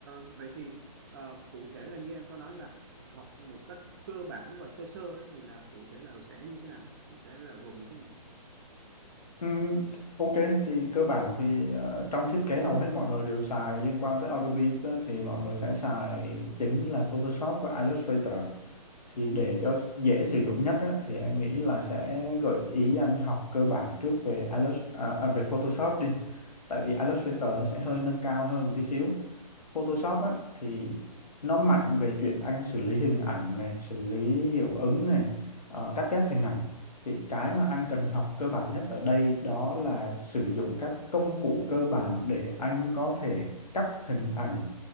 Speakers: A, on the right (about 35°); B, on the left (about 80°).
A: vậy thì ờ, cụ thể là như em có nói là học một cách cơ bản và sơ sơ ấy, thì là cụ thể là sẽ như thế nào nó sẽ là gồm những cái gì
B: Ừm, ok thì cơ bản thì ờ, trong thiết kế hầu hết mọi người đều xài liên quan tới Adobe á, thì mọi người sẽ xài chính là Photoshop và Illustrator thì để cho dễ sử dụng nhất á, thì em nghĩ là sẽ gợi ý anh học cơ bản trước về Illust à, à, về Photoshop đi tại vì Illustrator nó sẽ hơi nâng cao hơn tí xíu Photoshop á, thì nó mạnh về chuyện anh xử lý hình ảnh này xử lý hiệu ứng này ờ, cắt ghép hình ảnh thì cái mà anh cần học cơ bản nhất ở đây đó là sử dụng các công cụ cơ bản để anh có thể cắt hình ảnh